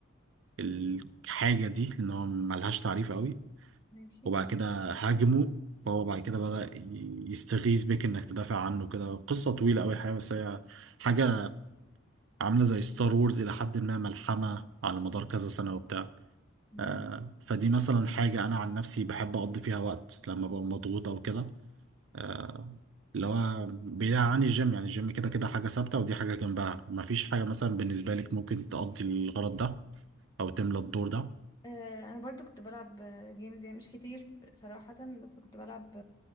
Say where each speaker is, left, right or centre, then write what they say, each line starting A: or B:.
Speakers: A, on the right; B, on the left.
A: الحاجة دي لأن هو ملهاش تعريف قوي
B: ماشي
A: وبعد كده هاجمه فهو بعد كده بدأ يستغيث بك إنك تدافع عنه كده قصة طويلة أوي الحقيقة بس هي حاجة عاملة زي ستار وورز إلى حد ما ملحمة على مدار كذا سنة وبتاع
B: مم.
A: آه، فدي مثلا حاجة أنا عن نفسي بحب أقضي فيها وقت لما ببقى مضغوط أو كده آه، اللي هو بعيد عن الجيم يعني الجيم كده كده حاجة ثابتة ودي حاجة جنبها مفيش حاجة مثلا بالنسبة لك ممكن تقضي الغرض ده أو تملى الدور ده
B: آه، انا برضو كنت بلعب جيمز يعني مش كتير صراحة بس كنت بلعب